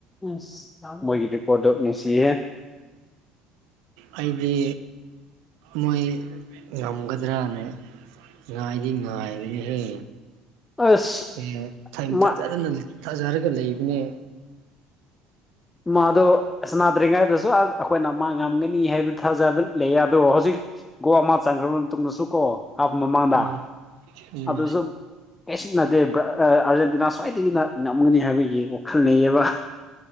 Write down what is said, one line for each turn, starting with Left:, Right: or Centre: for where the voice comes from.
Left: ꯎ ꯃꯣꯏꯒꯤ ꯔꯤꯄꯣꯔꯠꯇꯣ ꯅꯨꯡꯁꯤꯌꯦꯦ
Right: ꯑꯩꯗꯤ ꯃꯣꯏ ꯉꯝꯒꯗ꯭ꯔꯅ ꯉꯥꯏꯗꯤ ꯉꯥꯏꯕꯅꯤꯍꯦ
Left: ꯑꯁ
Right: ꯑꯦꯥꯖꯅ
Left: ꯃꯥ
Right: ꯊꯥꯖꯔꯒ ꯂꯩꯕꯅꯦ
Left: ꯃꯥꯗꯣ ꯁꯅꯥꯗ꯭ꯔꯤꯉꯩꯗꯁꯨ ꯑ ꯑꯩꯈꯣꯏꯅ ꯃꯥ ꯉꯝꯒꯅꯤ ꯍꯥꯏꯕ ꯊꯥꯖꯕ ꯂꯩ ꯑꯗꯣ ꯍꯧꯖꯤꯛ ꯒꯣꯜ ꯑꯃ ꯆꯪꯈ꯭ꯔꯕ ꯃꯇꯨꯡꯗꯁꯨ ꯀꯣ ꯍꯥꯞ ꯃꯃꯥꯡꯗ
Right: ꯎꯝ ꯎꯝ
Left: ꯑꯗꯨꯁꯨ ꯀꯩꯁꯨ ꯅꯠꯇꯦ ꯑꯥꯔꯖꯦꯟꯇꯤꯅꯥ ꯁꯣꯏꯗꯥꯒꯤꯅꯥ ꯉꯝꯒꯅꯤ ꯍꯥꯏꯕꯒꯤ ꯋꯥꯈꯜ ꯂꯩꯌꯦꯕ